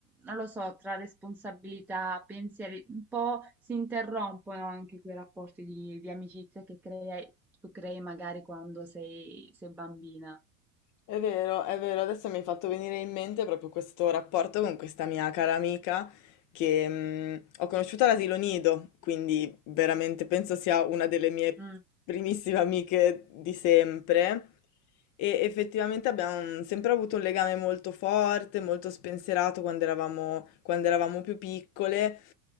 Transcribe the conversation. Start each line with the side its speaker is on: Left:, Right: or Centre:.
Centre: non lo so, tra responsabilità, pensieri, un po' si interrompono anche quei rapporti di, di amicizia che crei- tu crei magari quando sei, sei bambina.
Left: È vero, è vero, adesso mi hai fatto venire in mente proprio questo rapporto con questa mia cara amica che mh, ho conosciuto all'asilo nido, quindi veramente penso sia una delle mie
Centre: Mm.
Left: primissime amiche di sempre. E effettivamente abbiamo sempre avuto un legame molto forte, molto spensierato quando eravamo, quando eravamo più piccole.